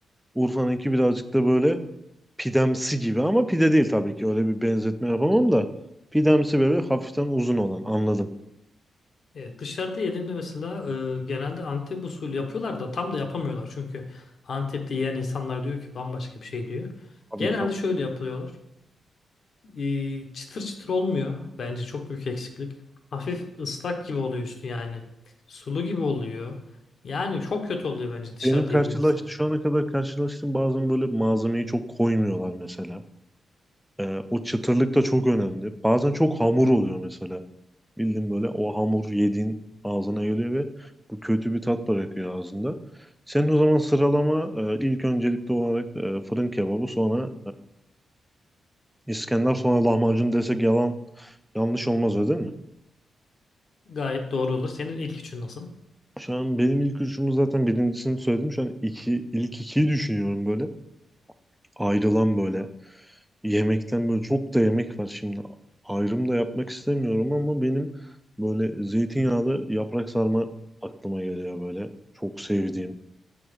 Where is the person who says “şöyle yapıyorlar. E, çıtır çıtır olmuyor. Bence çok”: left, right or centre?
Left